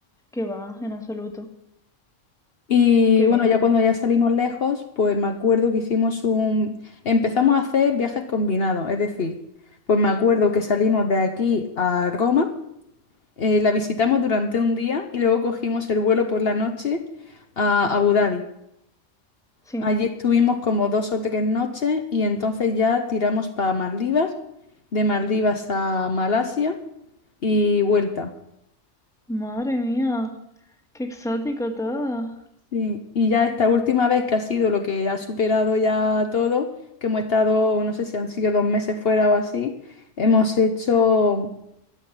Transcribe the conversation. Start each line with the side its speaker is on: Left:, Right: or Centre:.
Centre: qué va, en absoluto.
Left: Y
Centre: Qué
Left: bueno,
Centre: bien.
Left: ya cuando ya salimos lejos, pues me acuerdo que hicimos un... Empezamos a hacer viajes combinados, es decir, pues me acuerdo que salimos de aquí a Roma. Eh, la visitamos durante un día y luego cogimos el vuelo por la noche a Abu Dhabi.
Centre: Sí.
Left: Allí estuvimos como dos o tres noches y entonces ya tiramos para Maldivas, de Maldivas a Malasia y vuelta.
Centre: Madre mía, qué exótico todo.
Left: Sí. Y ya esta última vez que ha sido lo que ha superado ya todo, que hemos estado, no sé si han sido dos meses fuera o así, hemos hecho